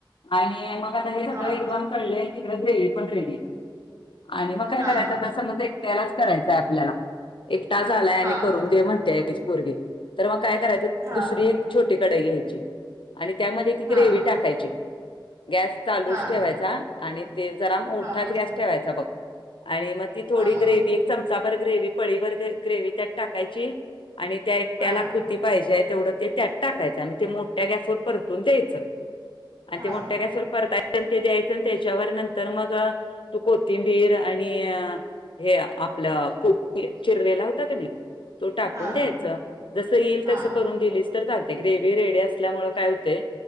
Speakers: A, on the left (about 75°); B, on the right (about 35°).
A: आणि मग आता हे सगळ
B: हां
A: कळ इड रे पण रेली आणि मग काय
B: हां
A: करायच सज, त्यालाच करायचाय आपल्याला एकटा झा आलाय
B: हां
A: आणि करून दे म्हणते तुझी पोरगी तर मग काय करायचं
B: हां
A: दुसरी एक छोटी कढाई घ्यायची. आणि त्यामध्ये ती
B: हां
A: ग्रेवी टाकायची गॅस चालूच
B: हां
A: ठेवायचा आणि ते जरा मोठाच
B: हां
A: गॅस ठेवायचा बघ आणि मग ती थोडी
B: हां मोठ
A: ग्रेव च चमच भर ग्रेव पळीभर ग्रेवी त्यात टाकायची आणि त्या एकट
B: हां
A: त्याला ख पाहिजे तेवढं ते त्यात टाकायचं आणि ते मोठ्या गॅसवर परतून द्यायचं. आता
B: हां
A: मोठ्या गॅसवर परत ते द्यायचं आणि त्याच्यावर नंतर मग तू कोथिंबीर आणि हे आपलं प चिरलेला होता का नाही? तो टाकून
B: हां
A: द्यायच जस येईल
B: हां
A: तस करून दिलीस तर चालत ग्रे रेडी असल्यामुळे काय होते